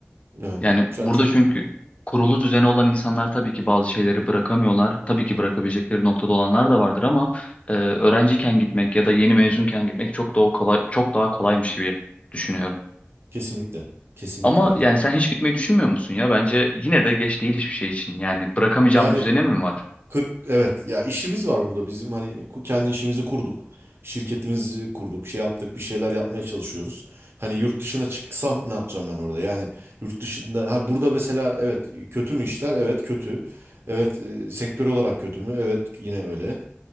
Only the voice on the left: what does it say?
Yani
burada
çünkü kurulu düzeni olan insanlar tabii ki bazı şeyleri bırakamıyorlar. Tabii ki bırakabilecekleri noktada olanlar da vardır ama e, öğrenciyken gitmek ya da yeni mezunken gitmek çok daha kolay çok daha kolaymış gibi düşünüyorum.
Ama
yani sen hiç gitmeyi düşünmüyor musun ya? Bence yine de geç değil hiçbir şey için. Yani bırakamayacağım
bir düzenin mi var?